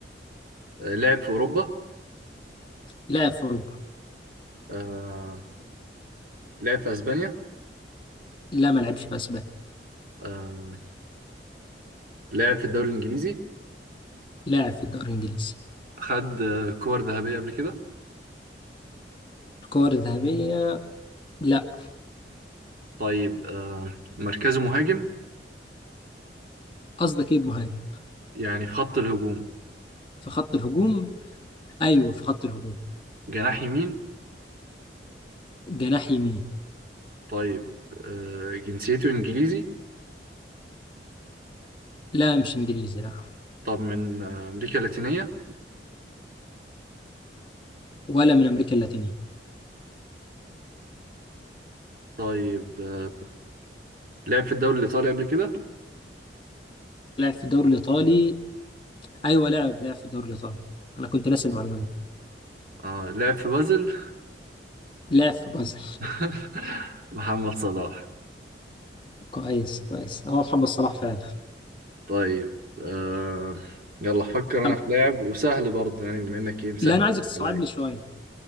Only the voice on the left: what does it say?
لاعب في اوروبا
لا ما لعبش في اسبانيا
لاعب في الدوري الانجليزي
الكور الذهبيه لا
قصدك ايه بمهاجم
في خط الهجوم ايوه في خط الهجوم
جناح يمين
لا مش انجليزي لا
ولا من امريكا اللاتينيه
لعب في الدوري الايطالي ايوه لعب لعب في الدوري الايطالي انا كنت ناسي المعلومه دي
لعب في بازل
كويس كويس هو محمد صلاح فعلا
أم-
لا انا عايزك تصعب
لي شويه